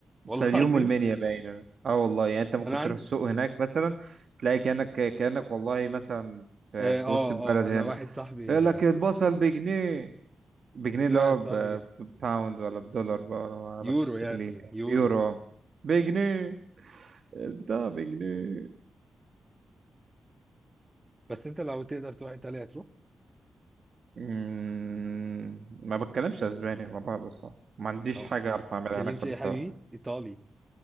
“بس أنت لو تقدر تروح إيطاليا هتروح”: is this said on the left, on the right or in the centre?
Right